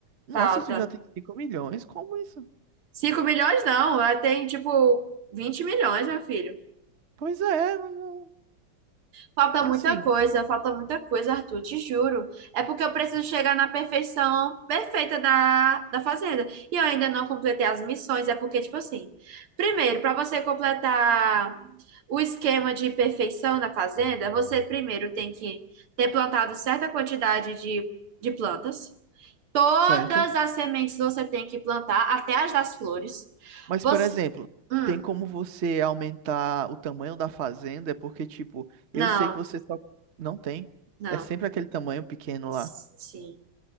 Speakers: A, on the right; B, on the right.
A: Nossa,
B: Falta.
A: isso já tem 5 milhões? Como isso?
B: cinco milhões não, ela tem tipo 20 milhões, meu filho.
A: Pois é, não... não-
B: Falta muita
A: assim.
B: coisa, falta muita coisa, Arthur, te juro. É porque eu preciso chegar na perfeição perfeita da, da fazenda. E eu ainda não completei as missões, é porque, tipo assim, primeiro, pra você completar. O esquema de perfeição na fazenda, você primeiro tem que ter plantado certa quantidade de, de plantas. Todas
A: Certo.
B: as sementes você tem que plantar, até as das flores.
A: Mas,
B: Você.
A: por exemplo,
B: Hum,
A: tem como você aumentar o tamanho da fazenda? É Porque, tipo,
B: não,
A: eu sei que você só. Não tem.
B: não.
A: É sempre aquele tamanho pequeno
B: Sim.
A: lá.